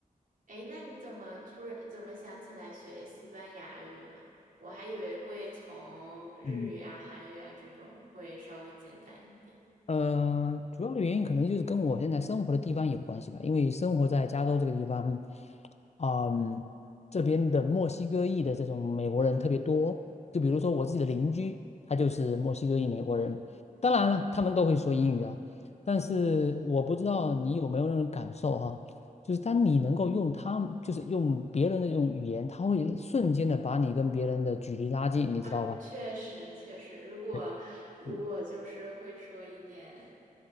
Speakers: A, on the right (about 65°); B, on the left (about 45°).
A: 诶，那你怎么突然怎么想起来学西班牙语了？我还以为会从日语啊、
B: 嗯。
A: 韩语啊这种会稍微简单一点。
B: 呃，主要的原因可能就是跟我现在生活的地方有关系吧，因为生活在加州这个地方，嗯，这边的墨西哥裔的这种美国人特别多。就比如说我自己的邻居，他就是墨西哥裔美国人，当然了，他们都会说英语啊。但是我不知道你有没有那种感受哈、就是当你能够用他们，就是用别人的这种语言，他会瞬间的把你跟别人的距离拉近，你知道吧？
A: 啊，确实确实，如果如果就是会说一点
B: 对嗯。